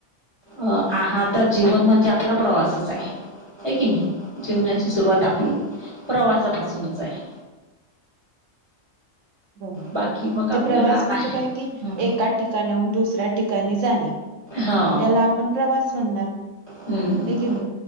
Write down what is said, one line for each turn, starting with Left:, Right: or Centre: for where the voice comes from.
Left: अ आ हाता जीवन म्हणजे आपला प्रवासच आहे. आहे की नाही? जिवनाची
Right: हम्म
Left: सुरुवात आपली प्रवासापासूनच आहे.
Right: बरोबर.
Left: बाकी मग आपल्याला
Right: जे प्रवास म्हणजे
Left: बाहेर
Right: काय कि
Left: हम्म.
Right: एका ठिकाणाहून दुसऱ्या ठिकाणी जाणे.
Left: हो
Right: याला आपण प्रवास म्हणणार.
Left: हम्म
Right: हे की नाही?